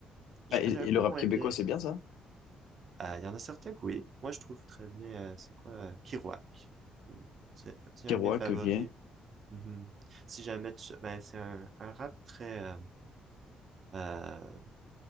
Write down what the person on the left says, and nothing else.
Ah,
et,
et le rap
québécois,
c'est bien ça?
Kerouac,
ok.